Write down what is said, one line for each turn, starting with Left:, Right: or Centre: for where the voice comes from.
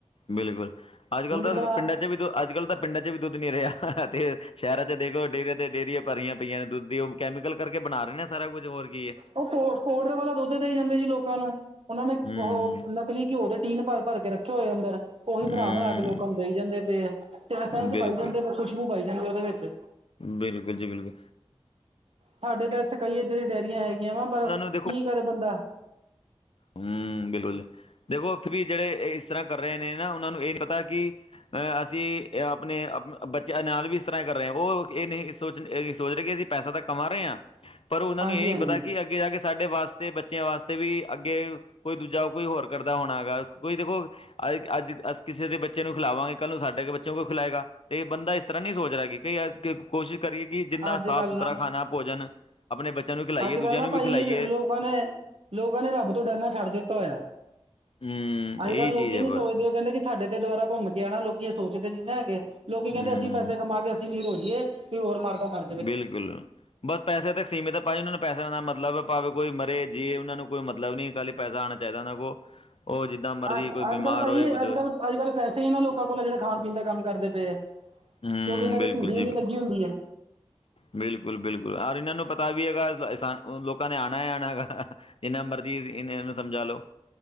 Left: ਬਿਲਕੁਲ ਅੱਜ ਕੱਲ
Right: ਹੁਣ ਜਿੱਦਾਂ
Left: ਤਾਂ ਪਿੰਡਾਂ 'ਚ ਵੀ ਦ ਅੱਜ ਕਲ ਤਾਂ ਪਿੰਡਾਂ ਚ ਵੀ ਦੁੱਧ ਨੀ ਰਿਹਾ, ਅਤੇ ਸ਼ਹਿਰਾਂ ਚ ਦੇਖ ਲੋ ਡੇਅਰੀਆਂ ਤੇ ਡੇਅਰੀਆਂ ਭਰੀਆਂ ਪਈਆਂ ਨੇ ਦੁੱਧ ਦੀ ਉਹ ਕੈਮੀਕਲ ਕਰਕੇ ਬਣਾ ਰਹੇ ਨੇ ਸਾਰਾ ਕੁਝ ਹੋਰ ਕੀ ਹੈ।
Right: ਉਹ ਪ ਪੋਡਰ ਵਾਲਾ ਦੁੱਧ ਦਈ ਜਾਂਦੇ ਸੀ ਲੋਕਾਂ ਨੂੰ ਉਹਨਾਂ ਨੇ
Left: ਹੂੰ,
Right: ਉਹ ਨਕਲੀ ਘਿਓ ਦੇ ਟੀਨ ਭਰ- ਭਰ ਕੇ ਰੱਖੇ ਹੋਏ ਅੰਦਰ। ਉਹੀ ਬਣਾ-ਬਣਾ
Left: ਹੂੰ
Right: ਕੇ ਲੋਕਾਂ ਨੂੰ ਦੇਈ ਜਾਂਦੇ ਪਏ ਆ। ਸੈਂਸ
Left: ਬਿਲਕੁਲ,
Right: ਪਾਈ ਜਾਂਦੇ ਪਏ ਖੁਸ਼ਬੂ ਪਾਈ ਜਾਂਦੇ ਉਹਦੇ ਵਿੱਚ
Left: ਬਿਲਕੁਲ ਜੀ ਬਿਲਕੁਲ।
Right: ਸਾਡੇ ਤਾਂ ਇੱਥੇ ਕਈ ਐਧਾ ਦੀ ਡੇਅਰੀਆਂ ਹੈਗੀਆਂ ਵਾ ਪਰ
Left: ਉਹਨਾਂ ਨੂੰ
Right: ਕੀ ਕਰੇ ਬੰਦਾ।
Left: ਹਮ ਬਿਲਕੁਲ ਜੀ ਦੇਖੋ ਵੀ ਜਿਹੜੇ ਇਸ ਤਰ੍ਹਾਂ ਕਰ ਰਹੇ ਨੇ ਨਾ ਉਹਨਾਂ ਨੂੰ ਇਹ ਨੀ ਪਤਾ ਕਿ ਅ ਅਸੀਂ ਆਪਣੇ ਬੱਚੇ ਨਾਲ ਵੀ ਇਸ ਤਰ੍ਹਾਂ ਕਰ ਰਹੇ ਹਾਂ ਉਹ ਇਹ ਨਹੀਂ ਸੋਚ ਸੋਚ ਰਹੇ ਅਸੀਂ ਪੈਸਾ ਤਾਂ ਕਮਾ ਰਹੇ ਹਾਂ, ਪਰ ਉਹਨਾਂ
Right: ਹਾਂਜੀ
Left: ਨੂੰ ਇਹ ਨਹੀਂ
Right: ਹਾਂਜੀ
Left: ਪਤਾ ਕਿ ਅੱਗੇ ਜਾ ਕੇ ਸਾਡੇ ਵਾਸਤੇ ਬੱਚਿਆਂ ਵਾਸਤੇ ਵੀ ਅੱਗੇ ਕੋਈ ਦੂਜਾ ਕੋਈ ਹੋਰ ਕਰਦਾ ਹੋਣਾ ਹੈ ਹੈਗਾ ਕੋਈ ਦੇਖੋ ਅੱਜ-ਅੱਜ ਅਸੀ ਕਿਸੇ ਦੇ ਬੱਚੇ ਨੂੰ ਖਿਲਾਵਾਂਗੇ ਕੱਲ ਨੂੰ ਸਾਡਾ ਬੱਚਾ ਬੱਚੇ ਕੋ ਖਿਲਾਏਗਾ ਤੇ ਇਹ ਬੰਦਾ ਇਸ ਤਰ੍ਹਾਂ ਨਹੀਂ ਸੋਚ ਰਿਹਾ ਕਿ ਕਈ ਕੋਸ਼ਿਸ਼ ਕਰੀਏ ਕਿ ਜਿੰਨਾ
Right: ਅੱਜ
Left: ਸਾਫ
Right: ਕੱਲ
Left: ਸੁਥਰਾ
Right: ਨਾ
Left: ਖਾਣਾ ਭੋਜਨ ਆਪਣੇ ਬੱਚਿਆਂ ਨੂੰ ਵੀ ਖਿਲਾਈਏ,
Right: ਅੱਜ
Left: ਦੂਜਿਆਂ
Right: ਕੱਲ ਨਾ
Left: ਨੂੰ
Right: ਭਾਈ
Left: ਵੀ ਖਿਲਾਈਏ।
Right: ਲੋਕਾਂ ਨੇ ਲੋਕਾਂ ਨੇ ਰੱਬ ਤੋਂ ਡਰਨਾ ਛੱਡ ਦਿੱਤਾ ਹੋਇਆ।
Left: ਹੂੰ
Right: ਅੱਜ
Left: ਇਹੀ
Right: ਕੱਲ੍ਹ ਲੋਕੀ
Left: ਚੀਜ਼ ਹੈ
Right: ਨੀ ਸੋਚਦੇ ਉਹ ਕਹਿੰਦੇ ਕਿ ਸਾਡੇ ਤੇ ਦੁਬਾਰਾ ਘੁੰਮ ਕੇ ਆਣਾ ਲੋਕੀ ਇਹ ਸੋਚਦੇ ਨੀ ਨਾ ਹੈਗੇ, ਲੋਕੀ ਕਹਿੰਦੇ
Left: ਹੂੰ,
Right: ਅਸੀਂ ਪੈੇ ਕਾ ਕੇ ਅਸੀਂ ਨਹੀਂ ਰੋਈਏ। ਕੋਈ ਹੋਰ ਮਰਦਾ ਮਾਰਦਾ
Left: ਬਿਲਕੁਲ। ਬਸ ਪੈਸੇ ਤਕ ਸੀਮਿਤ ਹੈ ਭਾਈਂ ਉਹਨਾਂ ਨੂੰ ਪੈਸਿਆਂ ਦਾ ਮਤਲਬ ਭਾਵੇਂ ਕੋਈ ਮਰੇ ਜਿਵੇਂ ਉਹਨਾਂ ਨੂੰ ਕੋਈ ਮਤਲਬ ਨੀ ਕੱਲੀ ਪੈਸਾ ਆਉਣਾ ਚਾਹੀਦਾ ਉਹਨਾਂ ਕੋਲ, ਉਹ ਜਿੱਦਾਂ ਮਰਜ਼ੀ
Right: ਅੱਜ
Left: ਕੋਈ ਬਿਮਾਰ
Right: ਕੱਲ੍ਹ ਭਾਜੀ
Left: ਹੋਏ ਕੁਛ
Right: ਅੱਜ
Left: ਹੋਏ
Right: ਕੱਲ ਅੱਜ ਕੱਲ੍ਹ ਪੈਸੇ ਇਹ ਨਾ ਲੋਕਾਂ ਕੋਲ ਜਿਹੜੇ ਖਾਣ ਪੀਣ ਦਾ ਕੰਮ ਕਰਦੇ ਪਏ ਆ।
Left: ਹੂੰ,
Right: ਕਿਉਂਕਿ ਇਹਨਾਂ
Left: ਬਿਲਕੁਲ
Right: ਦੀ ਭੀੜ ਇਹ
Left: ਜੀ
Right: ਨੀ ਲੱਗੀ ਹੁੰਦੀ ਹੈ।
Left: ਬਿਲਕੁਲ-ਬਿਲਕੁਲ ਰ ਇਹਨਾਂ ਨੂੰ ਪਤਾ ਵੀ ਹੈਗਾ ਲੋਕਾਂ ਨੇ ਆਣਾ-ਆਣਾ ਹੈਗਾ। ਜਿੰਨਾ ਮਰਜ਼ੀ ਸੀ ਇਹ ਇਹਨੂੰ ਸਮਝਾ ਲੋ।